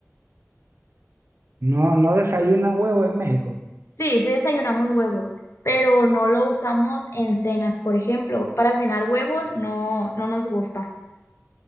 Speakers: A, on the right; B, on the left.
A: No, no desayunan huevo en México.
B: Sí, sí desayunamos huevos, pero no lo usamos en cenas, por ejemplo. Para cenar huevo no, no nos gusta.